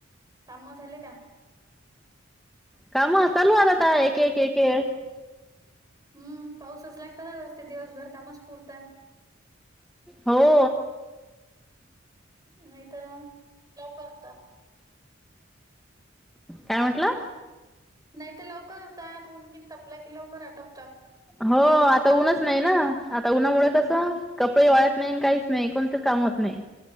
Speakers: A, on the right; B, in the centre.
A: काम झाले का?
B: काम? चालू आ आता एक एक एक.
A: हम्म. पाऊस असला तर असे दिवसभर कामच पुरता.
B: हो.
A: नाही तर मग लवकर होता.
B: काय म्हटलं?
A: नाही तर लवकर होता. उन बिन तपला कि लवकर आटप-
B: हो. आता ऊनच नाही ना? आता उन्हामुळे
A: हम्म
B: कसं कपडे वाळ्- नाही काहीच नाही. कोणतेच काम होत नाही.